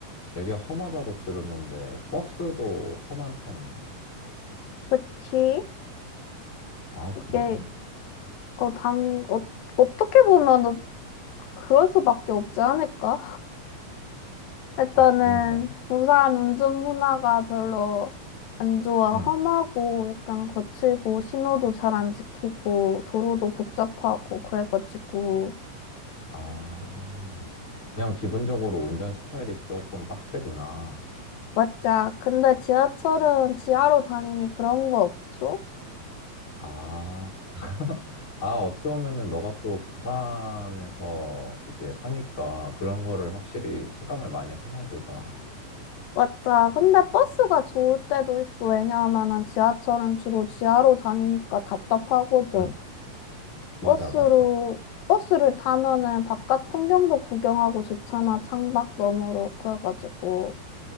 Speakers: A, on the left; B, on the left.
A: 되게 험하다고 들었는데, 버스도 험한 편이야?
B: 그치?
A: 아,
B: 이게
A: 그래?
B: 어, 당, 어, 어떻게 보면 그럴 수밖에 없지 않을까? 일단은
A: 아, 그런가?
B: 부산 운전 문화가 별로 안 좋아.
A: 응.
B: 험하고 약간 거칠고 신호도 잘 안 지키고 도로도 복잡하고 그래가지고
A: 아, 그냥 기본적으로 운전 스타일이 조금 빡세구나.
B: 맞자. 근데 지하철은 지하로 다니니 그런 거 없죠?
A: 아, <laughs> 아, 어떻게 보면은 너가 또 부산에서 이제 사니까 그런 거를 확실히 체감을 많이 하나 보다.
B: 맞아. 근데 버스가 좋을 때도 있어. 왜냐하면은 지하철은 주로 지하로 다니니까 답답하거든.
A: 응, 맞아,
B: 버스로,
A: 맞아.
B: 버스를 타면은 바깥 풍경도 구경하고 좋잖아. 창밖 너머로. 그래가지고.